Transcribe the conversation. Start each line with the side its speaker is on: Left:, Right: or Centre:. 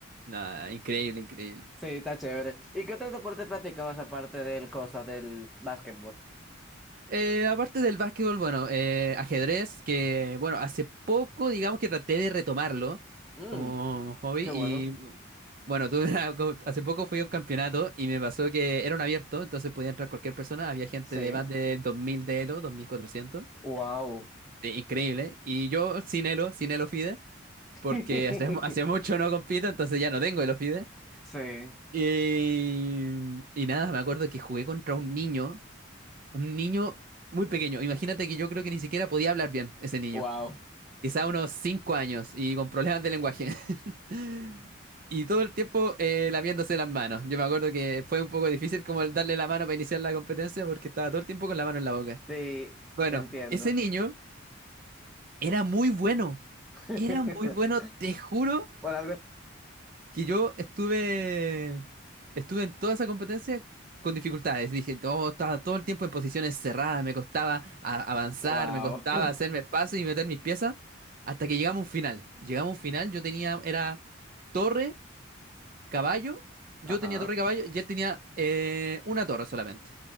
Right: Nada, increíble, increíble.
Centre: Sí, está chévere. ¿Y qué otro deporte practicabas aparte del cosa del básquetbol?
Right: Eh, aparte del básquetbol, bueno, eh, ajedrez, que bueno, hace poco digamos que traté de retomarlo
Centre: Mm,
Right: como hobby
Centre: qué bueno.
Right: y bueno, tuve una- co- hace poco fui a un campeonato y me pasó que era un abierto, entonces podía entrar cualquier persona, había gente
Centre: Sí.
Right: de más de 2000 de Elo, 2400.
Centre: Wow.
Right: Sí, increíble. Y yo sin Elo, sin Elo Fide,
Centre: <laughs>
Right: porque hace, hace mucho no compito, entonces ya no tengo Elo Fide.
Centre: Sí.
Right: Y, y nada, me acuerdo que jugué contra un niño, un niño muy pequeño. Imagínate que yo creo que ni siquiera podía hablar bien ese niño.
Centre: Wow.
Right: Quizá unos 5 años y con problemas de lenguaje. <laughs> Y todo el tiempo eh, lamiéndose las manos. Yo me acuerdo que fue un poco difícil como el darle la mano para iniciar la competencia porque estaba todo el tiempo con la mano en la boca.
Centre: Sí,
Right: Bueno,
Centre: entiendo.
Right: ese niño Era muy bueno.
Centre: <laughs>
Right: Era muy bueno. Te juro
Centre: Por algo.
Right: que yo estuve. Estuve en toda esa competencia con dificultades. Dije, todo, estaba todo el tiempo en posiciones cerradas. Me costaba a- avanzar,
Centre: Wow.
Right: me costaba hacerme espacio y meter mis piezas. Hasta que llegamos a un final. Llegamos a un final. Yo tenía. Era torre, caballo. Yo
Centre: Ajá.
Right: tenía torre y caballo. Y él tenía eh, una torre solamente.